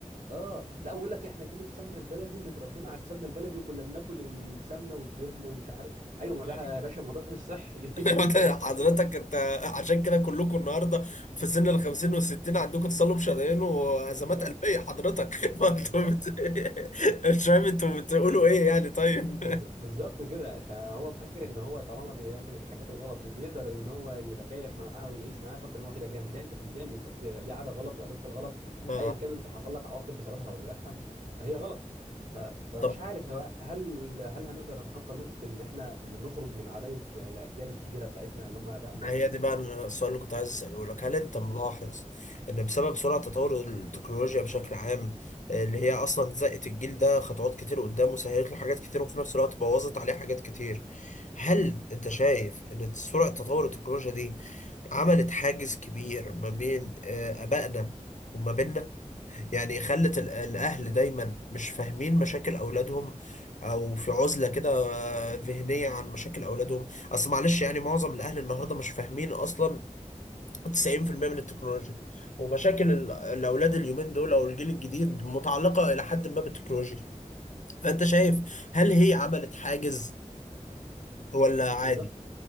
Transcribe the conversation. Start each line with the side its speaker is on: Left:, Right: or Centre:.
Right: اه لا اقول لك احنا جيل السمنه البلدي اللي اتربينا على السمنه البلدي وكنا بناكل السمنه والدهن ومش عارف ايوه ما ده
Left: <laughs>
Right: يا باشا ما ده مش صحي <laughs>
Left: <laughs> انت
Right: اللي انت
Left: حضرتك
Right: بتقوله
Left: انت عشان كده كلكم النهارده في سن ال 50 وال 60 عندكم تصلب شرايين وازمات
Right: بالظبط
Left: قلبيه حضرتك <laughs> فانتوا
Right: بالظبط
Left: بت... مش فاهم انتوا بتقولوا ايه يعني طيب
Right: لا، بالز- بالظبط كده فهو فاكر ان هو طالما بيعمل الحاجات الغلط وبيقدر ان هو يتكيف معاها ويعيش معاها فاكر ان هو كده جامد لا انت مش جامد انت بت... دي عاده غلط وهتفضل غلط
Left: اه
Right: ايا كان انت حصل لك عواقب بسببها ولا لا فهي غلط ف... فمش
Left: طب
Right: عارف هو هل هل هنقدر نتخطى نقطه ان احنا نخرج من عبايه الاجيال الكبيره بتاعتنا اللي هم ابائنا
Left: ما
Right: و...
Left: هي دي بقى السؤال اللي كنت عايز اساله لك هل انت ملاحظ
Right: بالظبط
Left: ان بسبب سرعه تطور التكنولوجيا بشكل عام آه، اللي هي اصلا زقت الجيل ده خطوات كتير قدام وسهلت له حاجات كتير وفي نفس الوقت بوظت عليه حاجات كتير هل انت شايف ان سرعه تطور التكنولوجيا دي عملت حاجز كبير ما بين آه، آبائنا وما بيننا يعني خلت ال- الأهل دايما مش فاهمين مشاكل أولادهم أو في عزلة كده آه، ذهنية عن مشاكل أولادهم أصل معلش يعني معظم الأهل النهاردة مش فاهمين أصلا 90% من التكنولوجيا ومشاكل ال- الأولاد اليومين دول أو الجيل الجديد متعلقة إلى حد ما بالتكنولوجيا فأنت شايف هل هي عملت حاجز ولا عادي؟
Right: بالظبط